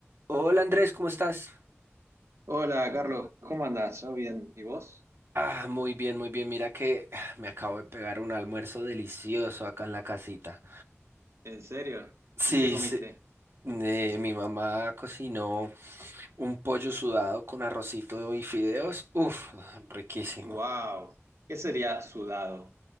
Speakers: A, on the right (about 65°); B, on the right (about 85°).
A: Hola Andrés, ¿cómo estás?
B: Hola Carlos, ¿cómo andás? ¿Yo bien? ¿Y vos?
A: Ah, muy bien, muy bien. Mira que ah, me acabo de pegar un almuerzo delicioso acá en la casita.
B: ¿En serio?
A: Sí,
B: ¿Y qué comiste?
A: sí. Eh, mi mamá cocinó un pollo sudado con arrocito y fideos. Uf, riquísimo.
B: ¡Wow! ¿Qué sería sudado?